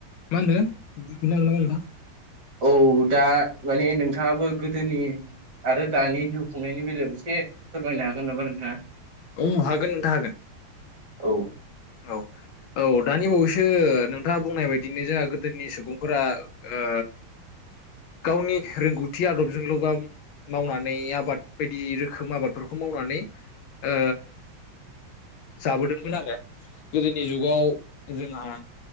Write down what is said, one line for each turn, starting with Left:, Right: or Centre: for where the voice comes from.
Left: मा होनदों बुंफिननो हागोन नामा नोंथां?
Right: औ दा माने नोंथाङाबो गोदोनि आरो दानि जिउ खुंनायनि बेलायाव एसे फोरमायनो हागोन नामा नोंथाङा।
Left: उम हागोन नोंथां हागोन
Right: औ
Left: औ औ दानि बावैसो सो नोंथाङा बुंनाय बायदिनो जोंहा गोदोनि सुबुंफोरा ओ गावनि रोंगौथि आदबजोंल बा मावनानै आबाद बायदि रोखोम आबादफोरखौ मावनानै ओ जाबोदोंमोन आरो गोदोनि जुगाव जोंहा